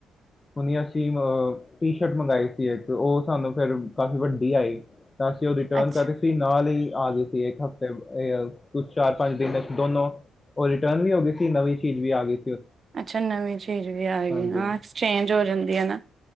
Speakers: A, on the left (about 25°); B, on the right (about 40°).
A: ਹੁਣ ਅਸੀਂ ਅ ਟੀ ਸ਼ਰਟ ਮੰਗਈ ਸੀ ਇੱਕ ਉਹ ਸਾਨੂੰ ਫਿਰ ਕਾਫੀ ਵੱਡੀ ਆਈ, ਤਾਂ ਅਸੀਂ ਉਹ ਰਿਟਰਨ
B: ਅੱਛਾ।
A: ਕਰ ਤੇ ਨਾਲ ਹੀ ਆ ਗਈ ਸੀ ਇੱਕ ਹਫ਼ਤੇ ਏ, ਕੁਛ ਚਾਰ -ਪੰਜ ਦਿਨ ਵਿੱਚ ਦੋਨੋ ਉ ਰਿਟਰਨ ਵੀ ਹੋ ਗਈ ਸੀ ਨਵੀਂ ਚੀਜ਼ ਵੀ ਆ ਗੀ
B: ਅੱਛਾ ਨਵੀਂ ਚੀਜ਼ ਵੀ ਆ ਗਈ,
A: ਹਾਂਜੀ
B: ਹਾ ਐਕਸਚੇਂਜ ਹੋ ਜਾਂਦੀ ਏ ਨਾ